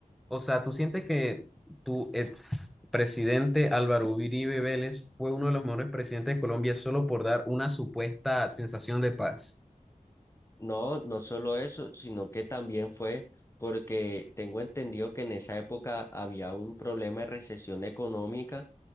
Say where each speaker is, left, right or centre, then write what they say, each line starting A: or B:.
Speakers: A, in the centre; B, on the left.
A: O sea, ¿tú sientes que tu ex presidente Álvaro Uribe Vélez fue uno de los mejores presidentes de Colombia solo por dar una supuesta sensación de paz?
B: No, no solo eso, sino que también fue porque tengo entendido que en esa época había un problema de recesión económica